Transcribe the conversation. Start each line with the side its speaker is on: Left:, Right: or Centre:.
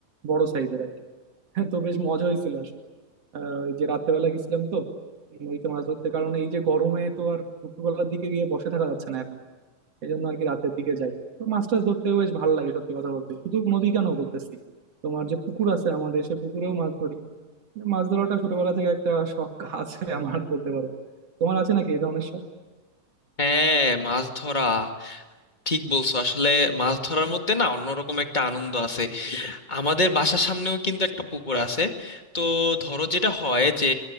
Right: বড় সাইজের আর কি <laughs> হ্যাঁ, তো বেশ মজা হয়েছিল আসলে আহ, ওই যে রাত্রেবেলা গেছিলাম তো নদীতে মাছ ধরতে কারণ এই যে গরমে তো আর দুপুরবেলার দিকে গিয়ে বসে থাকা যাচ্ছে না এখন এই জন্য আর কি রাতের দিকে যাই তো মাছ টাছ ধরতেও বেশ ভালো লাগে সত্যি কথা বলতে শুধু নদী কেন বলতেছি তোমার যে পুকুর আছে আমাদের সে পুকুরেও মাছ ধরি মাছ ধরাটা ছোটবেলা থেকে একটা শখ আছে আমার বলতে পারো তোমার আছে নাকি এই ধরনের শখ
Left: হ্যাঁ মাছ ধরা ঠিক বলছো আসলে মাছ ধরার মধ্যে না অন্যরকম একটা আনন্দ আছে আমাদের বাসার সামনেও কিন্তু একটা পুকুর আছে তো ধরো যেটা হয় যে